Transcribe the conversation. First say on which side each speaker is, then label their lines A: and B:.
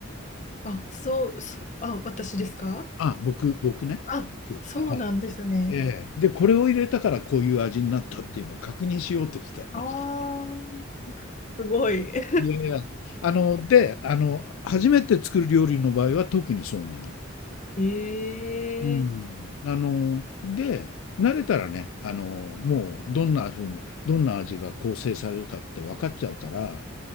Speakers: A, on the left; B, on the left.
A: あ、そう、そう、あ、私ですか
B: あ、僕、僕ね。
A: あ、
B: 僕はい。
A: そうなんですね。
B: ええ。で、これを入れたからこういう味になったっていうのを確認しようとしてんの。
A: ああ、すごい。<laughs>
B: いやいや。あの、で、あの、初めて作る料理の場合は特にそうなの。
A: ええ
B: うん。あの、で、慣れたらね、あの、もうどんな風に、どんな味が構成されるかって分かっちゃうから、